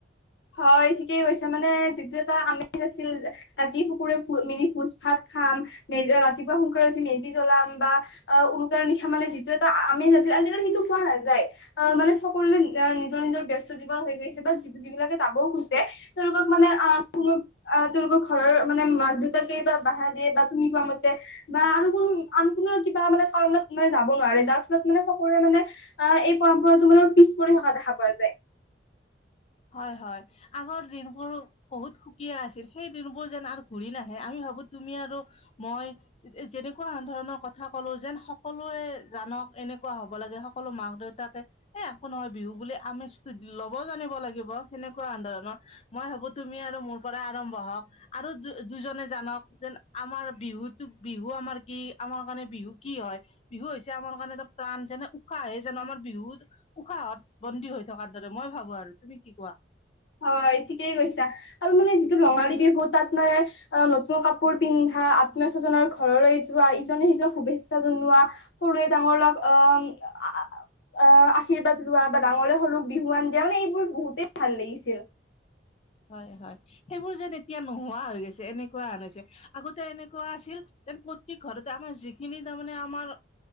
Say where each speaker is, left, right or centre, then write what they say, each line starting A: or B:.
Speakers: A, on the left; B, on the left.
A: হয়, ঠিকেই কৈছা। মানে যিটো এটা আমেজ আছিল ৰা-ৰাতি সকোৰে ম-মিলি ভোজ ভাত খাম। মেজ, ৰাতিপুৱা সোনকালে উঠি মেজি জ্বলাম বা উৰুকাৰে নিশা মানে যিটো এটা আমেজ আছি আজিকালি সেইটো পোৱা নাযায়। অ', মানে সকলোৰে আ নিজৰ নিজৰ ব্যস্ত জীৱন হৈ গৈছে, বা যি-যিবিলাকে চাব খোজে তেওঁলোকক মানে অ কোন তেওঁলোকৰ ঘৰৰ মানে মাক দেউতাকে বা বাহা দিয়ে বা তুমি কোৱা মতে বা আন কোনো কিবা মানে কাৰণত মানে যাব নোৱাৰে যাৰ ফলত মানে সকলোৱে মানে অ এই পৰম্পৰাটো মানে পিছ পৰি থকা দেখা পোৱা যায়
B: হয় হয় আগৰ দিন অ', বহুত সুকীয়া আছিল। সেই দিনবোৰ যেন আৰু ঘূৰি নাহে। আমি ভাবোঁ তুমি আৰু মই যে-যেনেকুৱা ধৰণৰ কথা ক'লো যেন সকলোৱে জানক এনেকুৱা হ'ব লাগে। সকলো মাক-দেউতা তাকে এ একো নহয় বিহু বুলি আমেজটো দি-ল'ব জানিব লাগে। লাগিব সেনেকুৱা ধৰণৰ। মই ভাবোঁ তুমি আৰু মোৰ পৰা আৰম্ভ হওঁক, আৰু দুজনে জানক। যেন আমাৰ বিহুতো, বিহু আমাৰ কি? আমাৰ কাৰণে বিহু কি হয়? বিহু হৈছে আমাৰ কাৰণে এটা প্ৰাণ, যেনে উশাহে যেন আমাৰ বিহুত উশাহত বন্দী হৈ থকাৰ দৰে মই ভাবোঁ আৰু। তুমি কি কোৱা?
A: হয়, ঠিকেই কৈছা। আৰু মানে যিটো ৰঙালী বিহু তাত মানে অ নতুন কাপোৰ পিন্ধা ন্ধা, আত্মীয়-স্বজনৰ ঘৰলৈ যোৱা, ইজনে-সিজনক শুভেচ্ছা জনোৱা, সৰুৱে-ডাঙৰক অ' আ-আশীৰ্বাদ লোৱা বা ডাঙৰে সৰুক বিহুৱান দিয়া। মানে এইবোৰ বহুতেই ভাল লাগিছ ছিল।
B: হয়, হয়। সেইবোৰ যেন এতিয়া নোহোৱা হৈ গৈছে এনেকুৱাহেন হৈছে। আগতে এনেকুৱা আছিল যেন প্ৰত্যেক ঘৰতে আমাৰ যিখিনি তাৰমানে আমাৰ